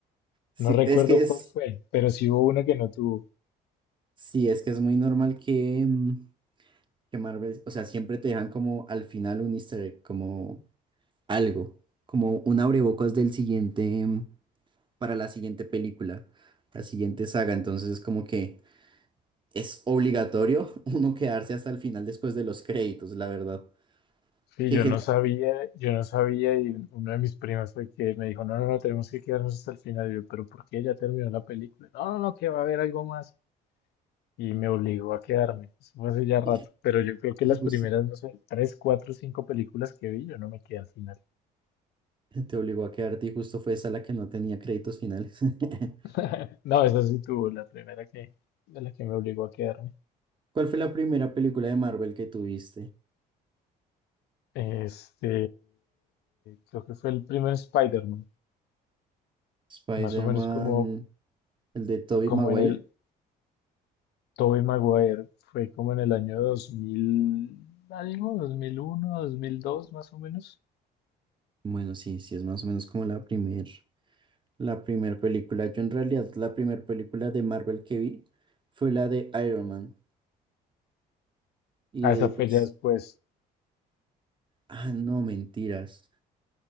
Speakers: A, on the right; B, on the left.
A: sí,
B: No recuerdo
A: es que es,
B: cuál fue, pero sí hubo una que no tuvo.
A: sí, es que es muy normal que... mm, que Marvel, o sea, siempre te dejan como al final un easter egg, como algo, como un abrebocas del siguiente, mm, para la siguiente película, la siguiente saga. Entonces es como que es obligatorio <laughs> uno quedarse hasta el final después de los créditos, la verdad.
B: Sí,
A: Que
B: yo
A: genera-
B: no sabía, yo no sabía y uno de mis primos fue que me dijo, no, no, no, tenemos que quedarnos hasta el final. Y yo, pero ¿por qué ya terminó la película? No, no, no, que va a haber algo más. Y me obligó a quedarme. Eso fue hace ya rato.
A: <laughs>
B: Pero yo creo que
A: y
B: las
A: justo
B: primeras, no sé, tres, cuatro, cinco películas que vi, yo no me quedé al final.
A: te obligó a quedarte y justo fue esa la que no tenía créditos finales. <laughs>
B: <laughs> No, esa sí tuvo la primera que, de la que me obligó a quedarme.
A: ¿Cuál fue la primera película de Marvel que tuviste?
B: Este, creo que fue el primer Spider-Man,
A: Spider-Man,
B: más o menos como,
A: el de Tobey
B: como
A: Maguire.
B: en el Tobey Maguire fue como en el año 2000, algo, dos mil uno, dos, mil dos más o menos.
A: Bueno, sí, sí, es más o menos como la primera. La primera película, yo en realidad la primera película de Marvel que vi fue la de Iron Man. Y
B: Ah,
A: de
B: esa
A: ahí
B: fue
A: pues,
B: ya después.
A: ah, no, mentiras.